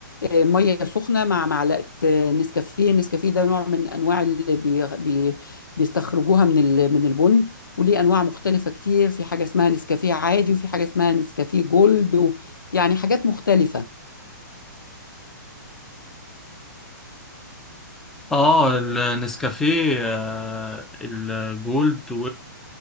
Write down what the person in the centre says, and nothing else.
اه النسكافيه آه، الجولد